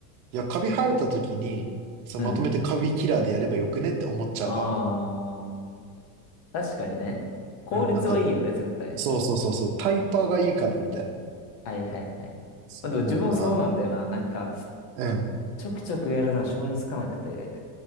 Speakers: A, on the right (about 70°); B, on the left (about 40°).
A: いや、カビ生えた時に、そう、
B: うん。
A: まとめてカビキラーでやればよくねって思っちゃう派。
B: うん。ああ、確かにね。効率はいいよね、
A: うん、なんか、
B: 絶対。
A: そうそうそうそう、タイパーがいいかなみたいな。
B: はいはいはい。
A: そう思うかな。
B: まあでも自分もそうなんだよな。なんか、
A: うん。
B: ちょくちょくやるのは性につかなくて、